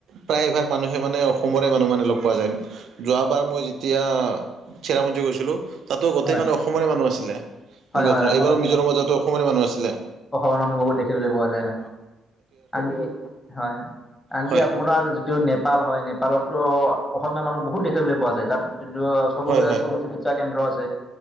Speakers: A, on the right; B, on the left.
A: প্ৰায়ভাগ মানুহে মানে অসমৰে মানুহ মানে লগ পোৱা যায় যোৱাবাৰ মই যেতিয়া চেৰাপুঞ্জি গৈছিলোঁ তাতো গোটেই
B: হয়
A: মানে অসমৰে মানুহ আছিলে তেনেকুৱা
B: হয় হয়
A: ধৰণৰ
B: আমাৰ
A: এইবাৰ
B: অসমত
A: মিজৰামতো অসমৰে মানুহ আছিলে
B: অসমৰ মানুহ বহুত দেখিবলৈ পোৱা যায় হয় আনকি হয় আনকি
A: হয়
B: আপোনাৰ যিটো নেপ নেপাল হয় নেপালতো অসমীয়া মানুহ বহুত দেখিবলৈ পোৱা যায় তাত চবকে
A: হয় হয়
B: চবতে শা কেন্দ্ৰ আছে